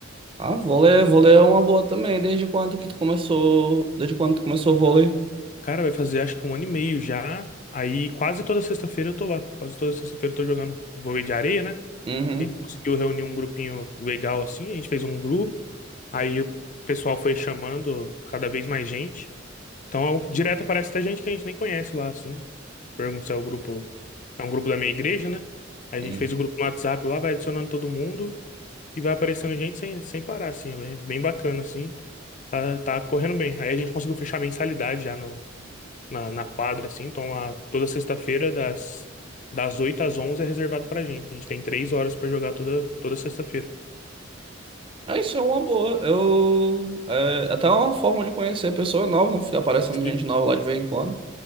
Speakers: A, on the right (about 25°); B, on the left (about 40°).
A: Ah, vôlei, é, vôlei é uma boa também, desde quando que tu começou, desde quando tu começou o vôlei?
B: Cara, vai fazer acho que um ano e meio já. Aí quase toda sexta-feira eu tô lá. Quase toda sexta-feira eu tô jogando vôlei de areia, né?
A: Uhum,
B: A gente conseguiu reunir um grupinho legal assim. A gente fez um grupo. Aí o pessoal foi chamando cada vez mais gente. Então, direto aparece até gente que a gente nem conhece lá, assim. Pergunto se é o grupo. É um grupo da minha igreja, né? A gente
A: uhum.
B: fez o grupo no WhatsApp lá, vai adicionando todo mundo e vai aparecendo gente sem, sem parar, assim. é Bem, bem bacana, assim. Tá, tá correndo bem. Aí a gente conseguiu fechar a mensalidade já no, na, na quadra, assim. Então, lá, toda sexta-feira, das, das 8 às 11 é reservado pra gente. A gente tem três horas pra jogar toda, toda sexta-feira.
A: Ah, isso é uma boa. Eu. É, até uma forma de conhecer pessoa nova, né? Ficar aparecendo gente
B: E
A: nova lá de vez em quando.